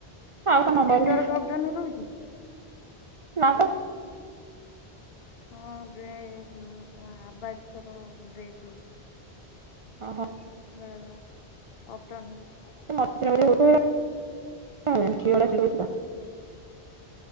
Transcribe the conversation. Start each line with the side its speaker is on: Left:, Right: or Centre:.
Right: ଆଉ
Left: ତାର
Right: ତା ନମ୍ବର
Left: ନେଟୱାର୍କ ଅପ୍ ଡାଉନ ରହୁଚି
Right: ନାଁ ତ।
Left: ହଁ ବେ ଉଁ କଣ ଆବାଜ ତାର ବ୍ରେକ୍ ହଉଚି।
Right: ଓହୋ!
Left: ବେଳେ ବେଳେ ଅପ୍ ଡାଉନ ହଉଚି।
Right: <unintelligible>